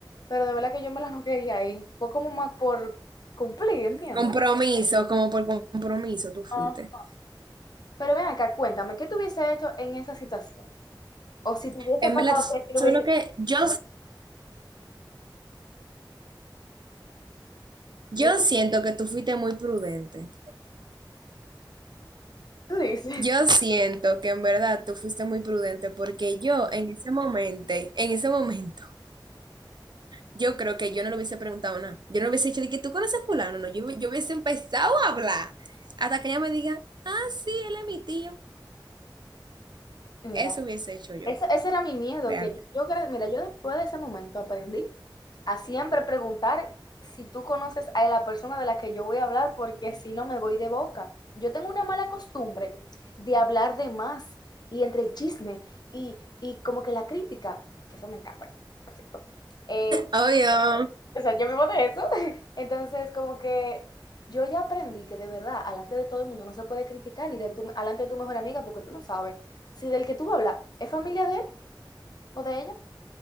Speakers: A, on the left; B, on the right.
A: pero de verdad que yo me la no quería ir, fue como más por cumplir, ¿entiendes?
B: compromiso, como por compromiso tú fuiste.
A: Ajá. Pero ven acá, cuéntame, ¿qué tú hubiese hecho en esa situación? O si te hubiese
B: En
A: pasado
B: verdad, tú
A: que te lo
B: sabes
A: hubiese...
B: lo que yo, yo
A: Dime.
B: siento que tú fuiste muy prudente.
A: Tú dices.
B: Yo siento que en verdad tú fuiste muy prudente porque yo en ese momento, en ese momento, yo creo que yo no le hubiese preguntado nada. Yo no le hubiese dicho de que tú conoces a fulano, no, yo, yo hubiese empezado a hablar hasta que ella me diga, ah, sí, él es mi tío.
A: Mira,
B: Eso hubiese hecho yo,
A: eso- ese era mi miedo,
B: real.
A: que yo, gra- mira, yo después de ese momento aprendí a siempre preguntar si tú conoces a la persona de la que yo voy a hablar, porque si no me voy de boca. Yo tengo una mala costumbre de hablar de más y entre el chisme y, y como que la crítica, que eso me encanta, por cierto. eh,
B: Obvio.
A: O sea, yo vivo de eso. <laughs> Entonces, como que yo ya aprendí que de verdad, alante de todo el mundo no se puede criticar, ni de tu, alante de tu mejor amiga, porque tú no sabes si del que tú hablas es familia de él o de ella.